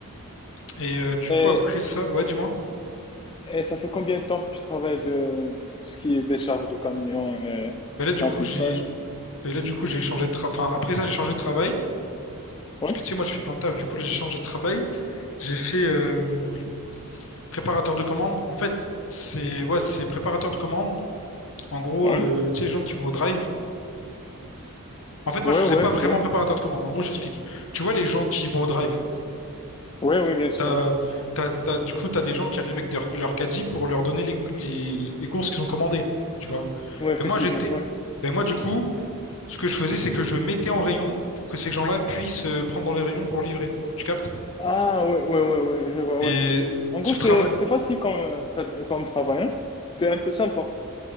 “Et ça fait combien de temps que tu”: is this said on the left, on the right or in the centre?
Left